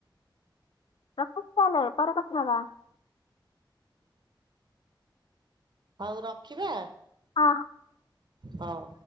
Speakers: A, on the left; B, on the right.
A: ରଖୁଛି ତାହଲେ ପରେ କଥା ହବା।
B: ହଉ ରଖିବା?
A: ହଁ।
B: ହଉ।